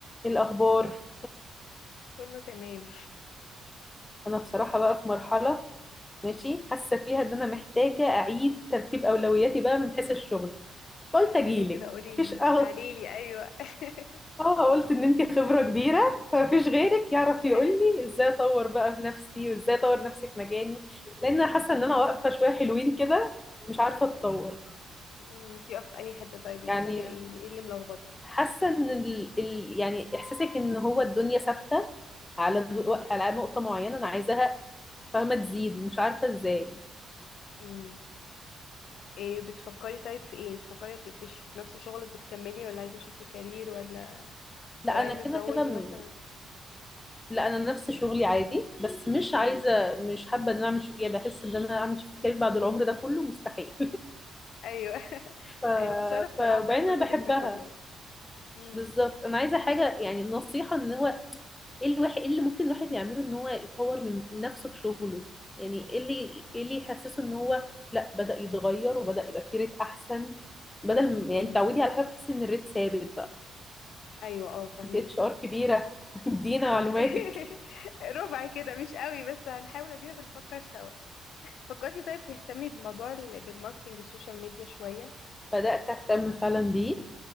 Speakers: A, on the left; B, on the left.
A: ايه الاخبار
B: كله تمام
A: انا بصراحه بقى في مرحله ماشي حاسه فيها ان انا محتاجه اعيد ترتيب اولوياتي بقى من حيث الشغل فقلت
B: ايه
A: اجيلك
B: ده ليه كده قولي
A: مفيش
B: لي
A: اه
B: تعالي لي ايوه <laughs>
A: <laughs> اه قلت ان انت خبره كبيره فمفيش غيرك يعرف يقول
B: ايوه
A: لي ازاي اطور بقى في نفسي وازاي اطور نفسي في مجاني لان انا حاسه ان انا واقفه شويه حلوين كده مش عارفه اتطور
B: أمم، انتي واقفه في انهي حته طيب محتاجه
A: يعني
B: ايه يعني ايه اللي ملخبطك
A: حاسه ان ال... ال... يعني احساسك ان هو الدنيا ثابته على دو... على نقطه معينه انا عايزاها فاهمه تزيد ومش عارفه ازاي
B: امم ايه بتفكري طيب في ايه بتفكري في في ش- في نفس شغلك بتكملي ولا عايزه شفت كارير ولا
A: لا
B: ولا
A: انا
B: عايزه
A: كده
B: تزودي
A: كده م-
B: مثلا
A: لا انا نفس شغلي عادي بس مش
B: امم
A: عايزه مش حابه ان انا اعمل شغلي بحس ان انا اعمل شيفت كارير بعد العمر ده كله مستحيل
B: ايوه <laughs>
A: <laughs> ف...
B: ايوه خساره بصراحه
A: ف... وبعدين
B: ضايع مجهودك
A: انا بحبها
B: ده كله امم
A: بالظبط انا عايزه حاجه يعني النصيحه ان هو ايه الواحد ايه اللي ممكن الواحد يعمله ان هو يطور من نفسه في شغله يعني ايه اللي ايه اللي يحسسه ان هو لا بدأ يتغير وبدأ يبقى فيه ريت احسن بدل
B: امم
A: ما- يعني تعودي على حاجه بتحسي ان الريت ثابت بقى
B: ايوه اه فهميكي
A: انت اتش ار كبيره <laughs> ادينا
B: <laughs>
A: معلوماتك
B: ربع كده مش قوي بس هنحاول ادينا بنفكر سوا فكرتي طيب تهتمي بموضوع ال- بالماركتينج والسوشيال ميديا شوية
A: بدأت أهتم فعلا بيه